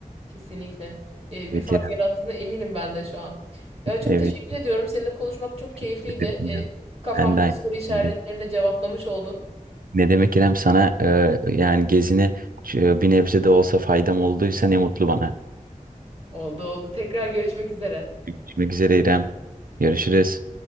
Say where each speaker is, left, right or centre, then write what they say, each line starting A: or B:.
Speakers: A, on the right; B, on the right.
A: kesinlikle e,
B: Evet
A: bir fark
B: İrem.
A: yarattığına eminim ben de şu an. Ya çok
B: Evet.
A: teşekkür ediyorum. Seninle konuşmak çok keyifliydi.
B: Teşekkür ederim
A: E,
B: İrem.
A: kafamdaki
B: Ben de aynı
A: soru işaretlerini
B: şekilde.
A: cevaplamış oldun.
B: Ne demek İrem sana e, yani gezine e, bir nebze de olsa faydam olduysa ne mutlu bana.
A: Oldu oldu. Tekrar görüşmek üzere.
B: Görüşmek üzere İrem. Görüşürüz.